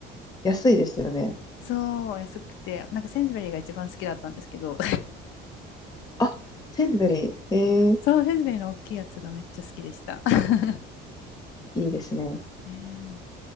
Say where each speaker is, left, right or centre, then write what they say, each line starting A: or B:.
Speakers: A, on the left (about 20°); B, on the left (about 70°).
A: 安いですよね。
B: そう、安くて、なんかセンズベリーが一番好きだったんですけど、
A: あ、センズベリー。ええ
B: そう、せんべいの大きいやつがめっちゃ好きでした。<laughs>
A: いいですね。
B: ねえ